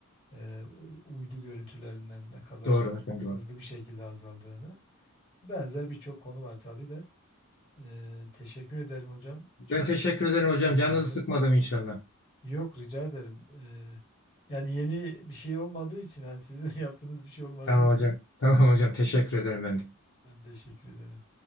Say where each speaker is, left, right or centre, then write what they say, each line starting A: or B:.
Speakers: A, on the left; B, on the left.
A: Ee, uydu görüntülerinden ne kadar
B: Doğru hocam doğru.
A: hızlı bir şekilde azaldığını. Benzer birçok konu var tabii de. Ee, teşekkür ederim hocam.
B: Ben
A: Çok
B: teşekkür ederim hocam.
A: faydalandım.
B: Canınızı sıkmadım inşallah.
A: Yok rica ederim. Ee, yani yeni bir şey olmadığı için hani sizin <laughs> yaptığınız bir şey olmadığı
B: Tamam
A: için
B: hocam. Tamam hocam. Teşekkür ederim ben de.
A: ben teşekkür ederim.